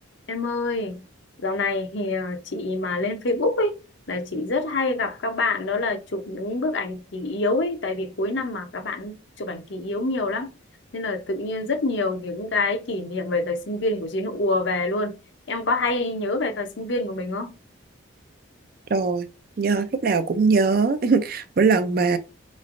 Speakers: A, on the left (about 60°); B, on the right (about 45°).
A: Em ơi, dạo này thì ờ, chị mà lên Facebook ấy là chị rất hay gặp các bạn đó là chụp những bức ảnh kỷ yếu ấy, tại vì cuối năm mà các bạn chụp ảnh kỷ yếu nhiều lắm. Nên là tự nhiên rất nhiều những cái kỷ niệm về thời sinh viên của chị nó ùa về luôn. Em có hay nhớ về thời sinh viên của mình không?
B: Rồi, nhớ lúc nào cũng nhớ. <laughs> Mỗi lần mà